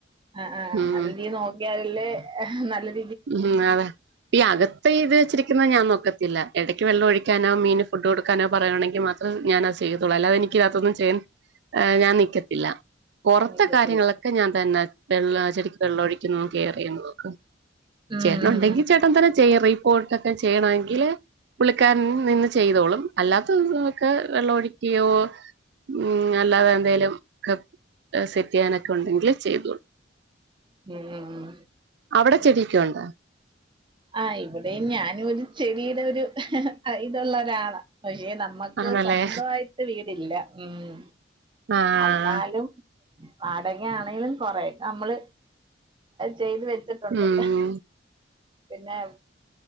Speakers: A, on the right; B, on the right.
A: ആ ആ
B: ഉം
A: നല്ലരീ നോക്കിയാൽ ല്ല് <unintelligible>
B: ഉം അതെ ഈ അകത്തെ ഇത് വെച്ചിരിക്കുന്നെ ഞാൻ നോക്ക ത്തില്ല ഇടയ്ക്ക് വെള്ള ഒഴിക്കാനോ മീന് ഫുഡ് കൊടു- ക്കാനോ പറയുകയാണെങ്കിമാത്രേ ഞാൻ അത് ചെയ്യത്തൊള്ളൂ അല്ലാതെ എനിക്കിതിനകത്തൊന്നും ചെയ്യാൻ ഏഹ് ഞാൻ നിക്കത്തില്ല പുറത്തെ
A: നിക്കത്തില്ല
B: കാര്യങ്ങളൊക്കെ ഞാൻ തന്നാ - വെള്ള ചെടിക്ക് വെള്ളൊഴിക്കുന്നും കെയറെയ്യുന്നതും ഒക്കെ
A: ഉം
B: ചേട്ടനുണ്ടെങ്കി
A: ഉം ഉം
B: ചേട്ടൻ തന്നെ ചെയ്യും റീപ്പോട്ടൊക്കെ ചെയ്യണമെങ്കില് പുള്ളിക്കാരൻ നിന്ന് ചെയ്തോളും അല്ല ത്തതൊക്കെ വെള്ളം ഒഴിക്കയോ ഉം അല്ലാതെ എന്തേലും ക്കെ സെറ്റ് ചെയ്യാനൊക്കെ ഉണ്ടെങ്കിൽ ചെയ്തോളും
A: മ്മ് മ് ഹ്മ്
B: അവടെ ചെടിയൊക്കെയുണ്ടോ
A: ആ ഇവിടെയും ഞാനും ഒരു ചെടിടെ ഒരു ഹ ഹ ഇതൊള്ള ഒരാളാ പക്ഷെ നമ്മുക്ക്
B: ആണല്ലേ
A: സ്വന്ത വായിട്ട് വീടില്ല മ്മ്
B: ആഹ്
A: അന്നാലും വാടക ആണേലും കൊറേ യൊക്കെ നമ്മള് ചെയ്തുവെച്ചിട്ടുണ്ട്
B: ഉം
A: അഹ് പിന്നെ